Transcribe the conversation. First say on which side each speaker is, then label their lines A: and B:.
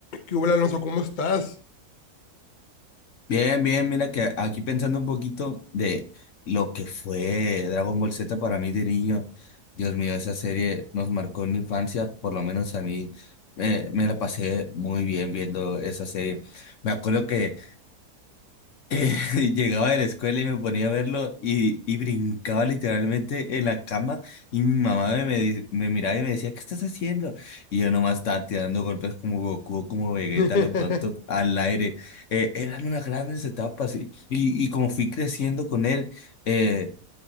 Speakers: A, on the left (about 45°); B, on the left (about 60°).
A: ¿Qué hubo, Alonso? ¿Cómo estás?
B: Bien, bien, mira que aquí pensando un poquito de lo que fue Dragon Ball Z para mí de niño. Dios mío, esa serie nos marcó en la infancia, por lo menos a mí eh, me la pasé muy bien viendo esa serie. Me acuerdo que <laughs> Llegaba de la escuela y me ponía a verlo y, y brincaba literalmente en la cama y mi mamá me, me, di- me miraba y me decía, ¿qué estás haciendo? Y yo nomás estaba tirando golpes como Goku, como Vegeta,
A: <laughs>
B: lo tonto, al aire. Eh, eran unas grandes etapas y, y, y como fui creciendo con él, eh,